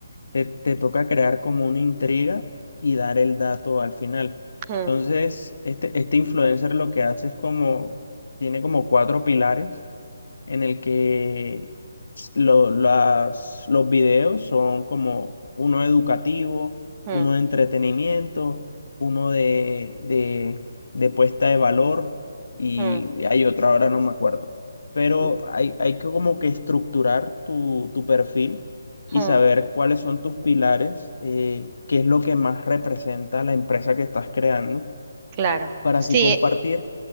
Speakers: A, on the left; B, on the right.
A: te, te toca crear como una intriga y dar el dato al final.
B: Mm,
A: Entonces, este, este influencer lo que hace es como, tiene como cuatro pilares en el que lo- las- los videos son como uno educativo,
B: mm,
A: uno de entretenimiento, uno de, de, de puesta de valor y
B: mm,
A: hay otra, ahora no me acuerdo. Pero
B: mm,
A: hay, hay que como que estructurar tu, tu perfil y
B: mm,
A: saber cuáles son tus pilares, eh, qué es lo que más representa la empresa que estás creando
B: claro.
A: para
B: Sí,
A: así compartir.